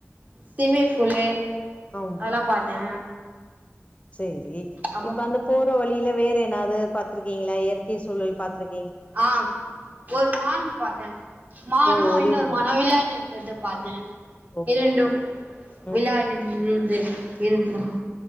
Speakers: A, on the right; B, on the left.
A: சிம்மிங் ஃபூலு
B: ஆம்
A: அதெல்லா பாத்தே
B: சேரி
A: அப்ப
B: இப்ப அந்த போற வழியில வேற என்னாவது பாத்துருக்கீங்களா இயற்கை சூழல் பாத்துருக்
A: ஆ ஒரு மான் பாத்தே மானு
B: ஓ ஒரே
A: இன்னொரு
B: ஒரு
A: மானு விளையாடின் இருக்கற்த பாத்தே
B: ஓஹோ
A: இரண்டும்
B: ம் ம்
A: விளாட்
B: ம்.
A: டின் இருந்து இருந்தன்